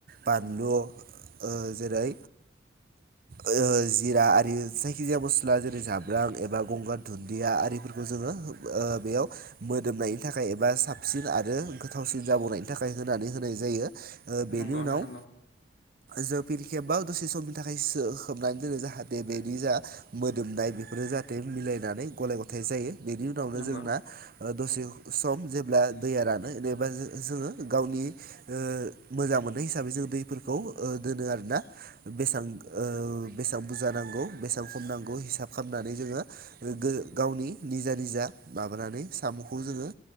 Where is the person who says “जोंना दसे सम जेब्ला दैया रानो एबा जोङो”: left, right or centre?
Right